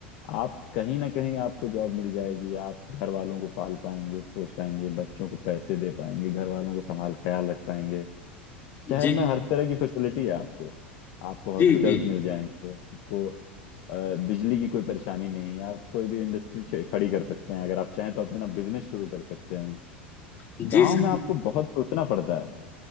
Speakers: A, on the left; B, on the left.
A: आप कहीं ना कहीं आपको जॉब मिल जाएगी आप घर वालों को पाल पाएंगे पोस पाएंगे बच्चों को पैसे दे पाएंगे घर वालों को संभाल ख्याल रख पाएंगे शहर
B: जी
A: में हर तरह की फैसिलिटी है आपको आपको हॉस्पिटल्स
B: जी जी जी
A: मिल जाएंगे आपको अ, बिजली की कोई परेशानी नहीं है आप कोई भी इंडस्ट्री खड़ी कर सकते हैं अगर आप चाहें तो अपना बिजनेस शुरू कर सकते हैं
B: जी
A: गांव
B: सर,
A: में आपको बहुत सोचना पड़ता है